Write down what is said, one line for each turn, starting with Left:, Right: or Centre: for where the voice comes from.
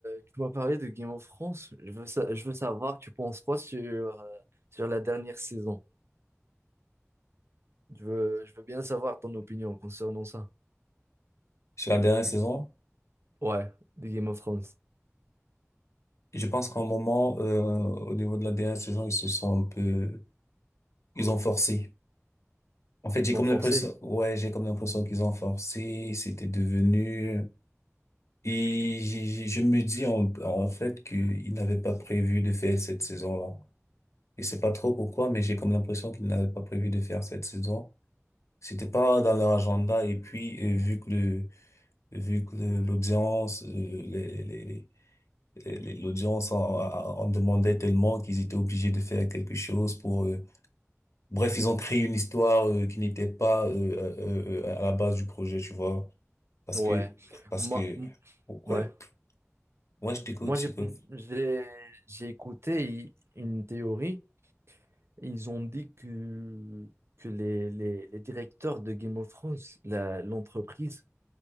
Right: tu m'as parlé de Game of Thrones. Je veux, sa- je veux savoir, tu penses quoi sur, euh, sur la dernière saison? Je veux, je veux bien savoir ton opinion concernant ça.
Left: <clears throat> Sur la dernière saison,
Right: Ouais, de Game of Thrones.
Left: je pense qu'à un moment, euh, au niveau de la dernière saison, ils se sont un peu, ils ont forcé. En fait,
Right: Ils
Left: j'ai
Right: vont
Left: comme
Right: forcer.
Left: l'impression, ouais, j'ai comme l'impression qu'ils ont forcé. C'était devenu. Et j'ai- j'ai- je me dis en, en fait qu'ils n'avaient pas prévu de faire cette saison-là. Je sais pas trop pourquoi, mais j'ai comme l'impression qu'ils n'avaient pas prévu de faire cette saison. C'était pas dans leur agenda. Et puis, euh, vu que le vu que l'audience, euh, les, les, les, les- les- l'audience en, en demandait tellement qu'ils étaient obligés de faire quelque chose pour... euh, Bref, ils ont créé une histoire euh, qui n'était pas euh, euh, euh, euh, à la base du projet, tu vois. Parce
Right: Ouais.
Left: que... Parce
Right: Moi,
Left: que...
Right: m-
Left: Ouais,
Right: ouais.
Left: ouais, je t'écoute.
Right: Moi, j'ai,
Left: je peux-
Right: j'ai, j'ai écouté i- une théorie. Ils ont dit que, que les, les, les directeurs de Game of Thrones, la- l'entreprise,